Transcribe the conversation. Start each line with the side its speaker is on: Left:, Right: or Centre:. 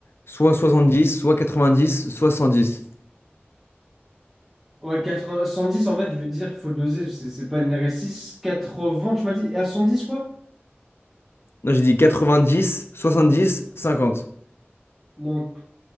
Left: soit 70 soit 90 soit cent dix
Centre: Ouais, quatre-vingts cent dix en fait, je veux dire, faut doser, c'est c'est pas une R S six quatre-vingts tu m'as dit, et à 110 quoi?
Left: Non, j'ai dit quatre-vingt-dix soixante-dix cinquante
Centre: Donc,